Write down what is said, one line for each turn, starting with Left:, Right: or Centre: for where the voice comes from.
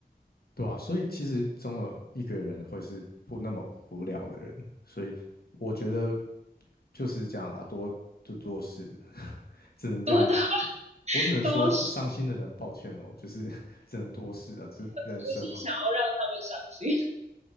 Left: 对啊，所以其实总有一个人会是不那么无聊的人，所以我觉得就是这样啦，多就多事，只能这样子。
Right: <laughs> 多大
Left: 我只能说，
Right: 多是，
Left: 伤心的人抱歉哦，就是 <laughs> 只能多事啊，这是人生嘛，
Right: 不是想要让他们伤心，